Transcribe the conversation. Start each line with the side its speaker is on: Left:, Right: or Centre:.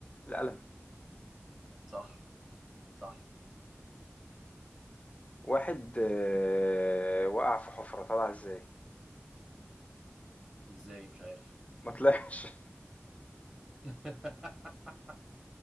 Left: القلم
Right: صح صح
Left: واحد آه، وقع في حفرة طلع ازاي
Right: إزاي مش عارف
Left: ما طلعش <laughs>
Right: <laughs>